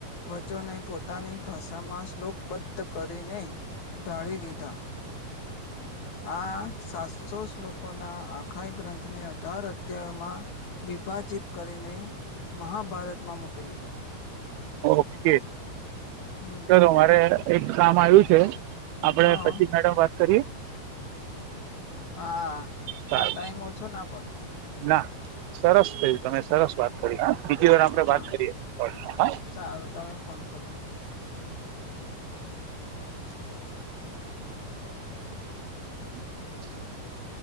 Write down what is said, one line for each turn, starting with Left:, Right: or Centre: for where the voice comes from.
Left: વચ્ચોને પોતાની ભાષામાં શ્લોકબદ્ધ કરીને તાળી દીધા આ સાતસો શ્લોકોના આખા ગ્રંથને અઢાર અઘ્યાયોમાં વિભાજિત કરીને, મહાભારતમાં મૂકી દીધો.
Right: ઓકે,
Left: હમ
Right: ચાલો મારે એક કામ આવ્યું છે. આપણે
Left: હા
Right: પછી મેડમ વાત કરીએ
Left: હા,
Right: સારું
Left: આ ટાઈમ ઓછો ના પડે
Right: ના, સરસ થયું, તમે સરસ વાત કરી હા. બીજી વાર આપણે
Left: હા
Right: વાત કરીએ, હ
Left: સારું તમે ફોન કરજો <inaudible>
Right: <inaudible>